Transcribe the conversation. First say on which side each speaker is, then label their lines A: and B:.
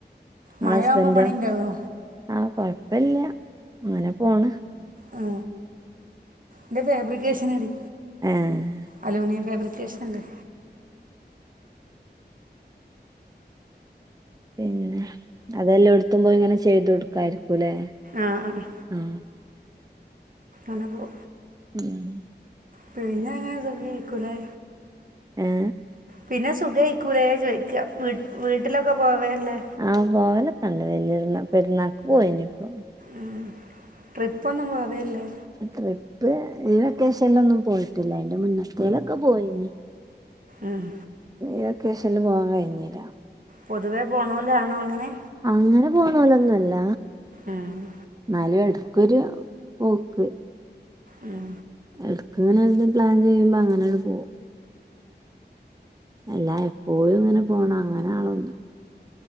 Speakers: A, on the right (about 20°); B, on the right (about 50°).
A: ഇങ്ങളെ
B: മഴ
A: ഹസ്ബൻന്റാ
B: ആവുമ്പോ പണി ഉണ്ടാവോ
A: ആഹ് കൊഴപ്പല്യ അങ്ങനെ പോണ്
B: ആ ന്റെ ഫാബ്രിക്കേഷൻ എടി
A: ഏ
B: അലൂമിനിയം ഫാബ്രിക്കെഷനല്ലേ
A: പിന്നെ അതെല്ലോടത്തും പോയിങ്ങനെ ചെയ്തോടുക്കാ യിരികുല്ലേ
B: ആ ആഹ് ഹ
A: മ്മ്ഹ്
B: അനപ്പോ
A: ഉം..
B: പേരിന്നങ്ങനെ തിന്നയ്ക്കുലേ
A: ഏ..
B: പിന്നെ സുഖയ്ക്കൂലെ ചോയിക്ക്യാ വീട്ടിലൊക്കെപോവലില്ലേ
A: ആ പോവലൊക്കെണ്ട് വല്യര്ന്ന പെരുന്നാക്ക് പോയിനി ഇപ്പോ
B: ഉം ട്രിപ്പൊന്നും പോവാലില്ലെ ല്ലേ
A: ട്രിപ്പ് ഈ വെക്കേഷൻലൊന്നും പോയിട്ടില്ല അയിന്റെ മുന്നത്തേലൊക്കെ പോയിന്
B: ആഹ്
A: ഈ വെക്കേഷൻല് പോകാകഴിഞീല
B: പൊതുവേ പോണോല്ലാണോ അങ്ങനെ
A: അങ്ങനെ പോണ്ണോലോന്നല്ല
B: ആഹ്
A: ന്നാലും എടുകൊര് പോക്ക്
B: ഉം
A: എട്ക്ക്‌ങ്ങനെ പ്ലാൻ ചെയ്യുമ്പോ അങ്ങനെങ്ങട് പോവും എല്ല പോയി ഇങ്ങനെ പോണം അങ്ങനെ ആളൊന്ന്